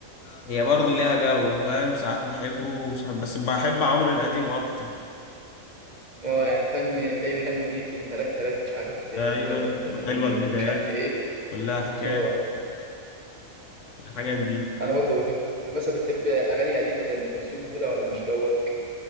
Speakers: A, on the left (about 65°); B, on the right (about 35°).
A: هي برضو ليها جو فاهم ساعات بحبه وساعات بس بحب عمرو القديم اكتر
B: اه يعني فاهم تلاقيه بيغني اغنيه يوم تلات تلات مش عارف ايه
A: ايوه
B: تلات بنات ندهولي
A: حلوه البدايات
B: ومش عارف ايه
A: كلها حكايات
B: <laughs> اه
A: الحاجات دي
B: انا برضه بحب مثلا بتحب اغاني قديمه زي ام كلثوم وكده ولا مش جوك